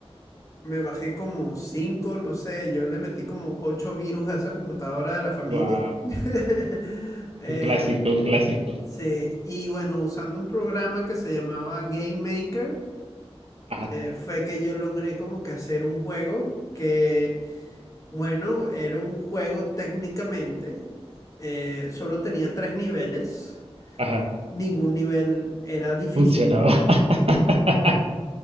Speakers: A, on the left; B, on the right.
A: me bajé como cinco, no sé, yo le metí como ocho virus a esa computadora de la familia.
B: Wow,
A: <laughs> Em,
B: un clásico, un clásico.
A: sí, y bueno, usando un programa que se llamaba Game Maker,
B: Ajá,
A: eh, fue que yo logré como que hacer un juego que, bueno, era un juego técnicamente, eh, solo tenía tres niveles.
B: ajá,
A: ningún nivel era difícil.
B: funcionaba. <laughs> <laughs>